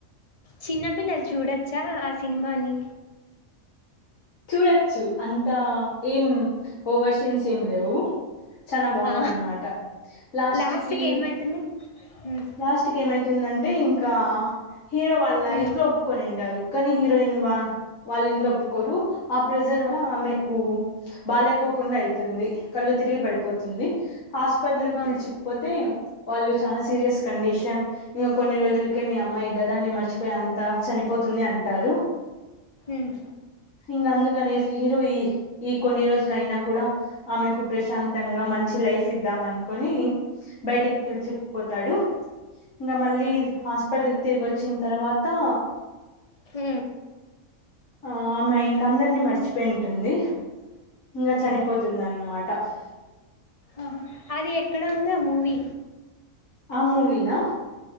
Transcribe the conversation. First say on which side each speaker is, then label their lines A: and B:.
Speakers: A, on the left; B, on the left.
A: చిన్నపిల్లలు చూడొచ్చు చ ఆ సినిమాని
B: చూడచ్చు అంత ఏం ఓవర్ సీన్స్ ఏం లేవు చాల బాగుంద
A: ఆ
B: అనమాట లాస్ట్
A: లాస్ట్కి
B: కి
A: ఏమైతుంది ఉమ్
B: లాస్ట్ కి ఏమైతుందంటే అంటే ఇంకా హీరో వాళ్ళ
A: ఉమ్
B: ఇంట్లో ఒప్పుకొని ఉంటారు కానీ హీరో రైన్ బా వాళ్ళ ఇంట్లో ఒప్పుకోరు ఆ ప్రెజర్ వలన ఆమెకు బాలేకోకుండా అయితుంది కళ్ళు తిరిగి పడిపోతుంది హాస్పిటల్ కి
A: ఆ
B: పిలిచిపోతే వాళ్ళు చాలా సీరియస్ కండిషన్ ఇంకా కొన్ని రోజులకే మీ అమ్మాయి గదాన్ని మర్చిపోయి అంతా చనిపోతుంది అంటారు
A: ఉమ్
B: ఇంక అందుకనేసి హీరో ఈ ఈ కొన్ని రోజులు అయినా కూడా ఆమెకు ప్రశాంతంగా మంచి లైఫ్ ఇద్దాం అనుకోని బయటికి పిలుచుకుపోతాడు ఇంకా మళ్ళీ
A: ఉమ్
B: హాస్పిటల్ కి తిరిగి వచ్చిన తర్వాత అత్తా
A: హ
B: ఆ అమా ఇంక అందరినీ మర్చిపోయి ఉంటుంది ఇంకా
A: ఓహో
B: చనిపోతుంద అన్నమాట అట్ట
A: ఆహా అది ఎక్కడ ఉన్న ఆ మూవీ
B: ఆ మూవీనా